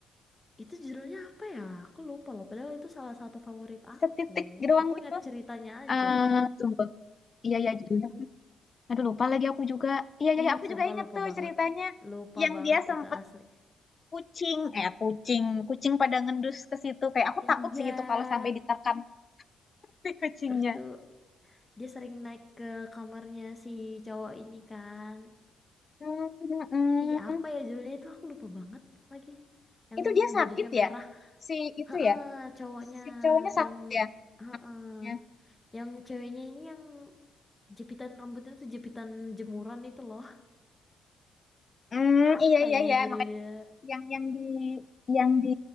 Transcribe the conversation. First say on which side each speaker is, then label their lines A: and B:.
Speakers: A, on the left (about 15°); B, on the left (about 35°).
A: itu judulnya apa ya aku lupa loh padahal itu salah satu favorit aku
B: setitik doang
A: aku
B: gitu
A: ingat ceritanya aja
B: eh tunggu iya iya judulnya apa? aduh lupa lagi aku juga iya iya
A: Ih,
B: iya, aku
A: sumpah
B: juga inget
A: lupa
B: tuh
A: banget.
B: ceritanya
A: Lupa
B: yang
A: banget
B: dia sempet
A: itu asli.
B: kucing eh kucing kucing pada ngendus ke situ kayak aku
A: Iya.
B: takut sih itu kalau sampai diterkam <laughs> kucingnya
A: Terus tuh dia sering naik ke kamarnya si cowok ini kan.
B: Hmm, mm,
A: Ih, apa
B: mm.
A: ya judulnya itu aku lupa banget lagi. Yang
B: Itu dia
A: bajunya
B: sakit
A: merah.
B: ya? Si itu
A: Heeh,
B: ya?
A: cowoknya
B: Si cowoknya
A: yang
B: sakit ya?
A: heeh,
B: Ya.
A: yang ceweknya ini yang jepitan rambutnya tuh jepitan jemuran itu loh.
B: Hmm,
A: Apa
B: iya iya
A: ya
B: iya,
A: judulnya?
B: makanya yang yang di yang di